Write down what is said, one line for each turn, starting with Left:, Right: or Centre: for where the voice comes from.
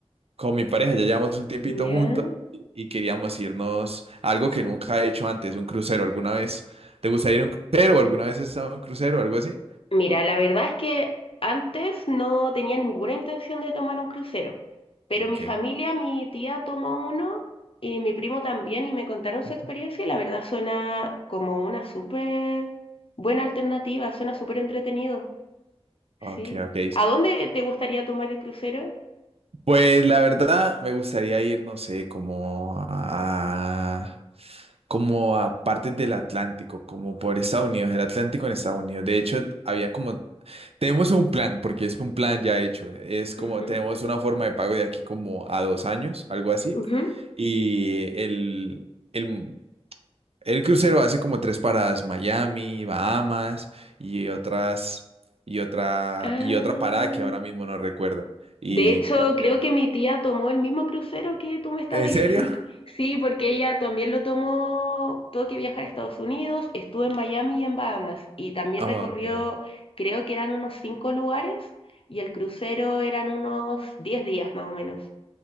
Right: con mi pareja. Ya llevamos un tiempito
Left: ya.
Right: juntos y y queríamos irnos a algo que nunca he hecho antes, un crucero. ¿Alguna vez te gustaría ir a un crucero? o ¿Alguna vez has estado en un crucero o algo así?
Left: Mira, la verdad es que antes no tenía ninguna intención de tomar un crucero, pero
Right: Ok.
Left: mi familia, mi tía tomó uno y mi primo también y me contaron su
Right: Ujú.
Left: experiencia y la verdad suena como una súper buena alternativa, suena súper entretenido,
Right: Ok,
Left: ¿sí?
Right: ok.
Left: ¿A dónde te gustaría tomar el crucero?
Right: Pues la verdad me gustaría ir, no sé, como a, como a partes del Atlántico, como por Estados Unidos, el Atlántico en Estados Unidos. De hecho, había como, tenemos un plan, porque es un plan ya hecho. Es como,
Left: Ujú,
Right: tenemos una forma de pago de aquí como a dos años, algo así.
Left: ujú.
Right: Y el, el, el crucero hace como tres paradas, Miami, Bahamas y otras, y otra,
Left: Ah,
Right: y otra parada que ahora mismo no recuerdo. Y
Left: De hecho,
Right: podemos
Left: creo
Right: llevar.
Left: que mi tía tomó el mismo crucero que tú me estás
Right: ¿En
Left: diciendo.
Right: serio?
Left: <laughs> Sí, porque ella también lo tomó, tuvo que viajar a Estados Unidos, estuvo en Miami y en Bahamas, y también
Right: Ah,
Left: recorrió,
Right: Okay,
Left: creo que eran unos cinco lugares, y el crucero eran unos diez días más o menos.